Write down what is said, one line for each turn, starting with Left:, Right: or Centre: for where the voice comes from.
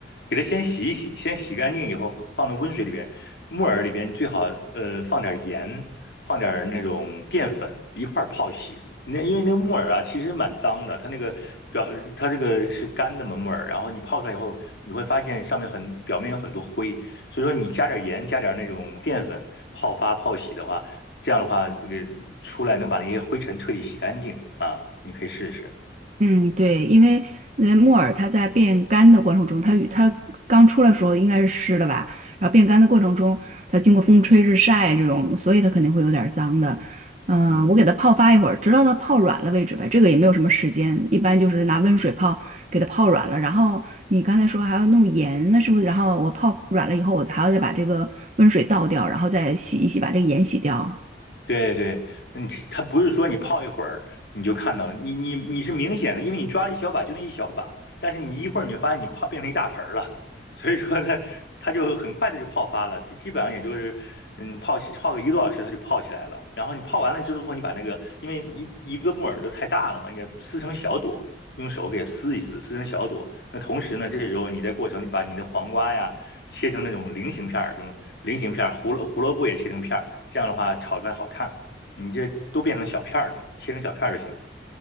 Left: 给它先洗一洗，先洗干净以后放放到温水里边。木耳里边你最好呃放点盐，放点那种淀粉一块儿泡洗。那因为那个木耳啊，其实蛮脏的，它那个表它这个是干的嘛木耳，然后你泡出来以后，你会发现上面很表面有很多灰，所以说你加点盐，加点那种淀粉泡发泡洗的话。这样的话，这个出来能把那些灰尘彻底洗干净啊，你可以试试。
Right: 嗯，对，因为呃木耳它在变干的过程中，它与它刚出来的时候应该是湿的吧，然后变干的过程中，它经过风吹日晒这种，所以它肯定会有点儿脏的。嗯、
Left: 嗯。
Right: 我给它泡发一会儿，直到它泡软了为止呗。这个也没有什么时间，一般就是拿温水泡，给它泡软了。然后你刚才说还要弄盐，那是不是？然后我泡软了以后，我还要再把这个温水倒掉，然后再洗一洗，把这个盐洗掉。
Left: 对对，嗯，它不是说你泡一会儿你就看到了，你你你是明显的，因为你抓了一小把就那一小把，但是你一会儿你就发现你泡变成一大盆儿了，<laughs> 所以说它它就很快的就泡发了，基基本上也就是嗯泡起泡个一个多小时它就泡起来了，然后你泡完了之后，你把那个因为一一个木耳都太大了嘛，你给撕成小朵，用手给撕一撕，撕成小朵，那同时呢，这时候你在过程你把你的黄瓜呀切成那种菱形片儿，这种菱形片胡萝胡萝卜也切成片这样的话炒出来好看。你这都变成小片儿的，切成小片儿就行了。